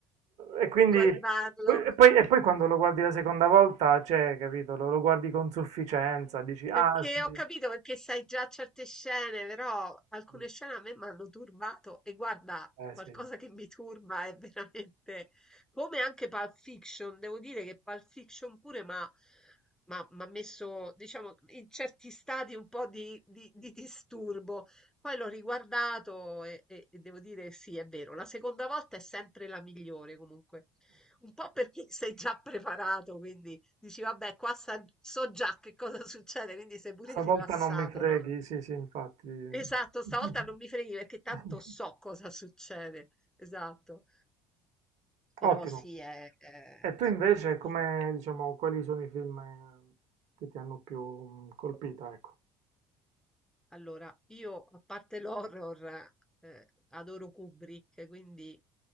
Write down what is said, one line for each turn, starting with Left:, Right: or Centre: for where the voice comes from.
Right: e quindi...
Centre: Guardarlo.
Right: E poi, e poi quando lo guardi la seconda volta, cioè, capito, lo, lo guardi con sufficienza, dici, ah
Centre: Perché
Right: sì,
Centre: ho capito perché sai già certe scene, però alcune
Right: sì,
Centre: scene a me mi hanno turbato e guarda,
Right: eh
Centre: qualcosa
Right: sì.
Centre: che mi turba è veramente come anche Pulp Fiction, devo dire che Pulp Fiction pure ma ma- m'ha messo, diciamo, in certi stati un po' di, di- di disturbo, poi l'ho riguardato e, e- e devo dire sì, è vero, la seconda volta è sempre la migliore comunque, un po' perché <laughs> sei già preparato, quindi dici vabbè, qua sa- so già che cosa succede, quindi sei pure
Right: Stavolta
Centre: rilassato,
Right: non mi freghi,
Centre: no?
Right: sì, sì, infatti. <laughs>
Centre: Esatto, stavolta non mi freghi perché tanto so cosa succede, esatto, però
Right: Ottimo.
Centre: sì, è, è-
Right: E tu
Centre: insomma,
Right: invece,
Centre: vabbè.
Right: come, diciamo, quali sono i film eh, che ti hanno più mm, colpita, ecco?
Centre: Allora, io a parte l'horror, eh, adoro Kubrick, quindi...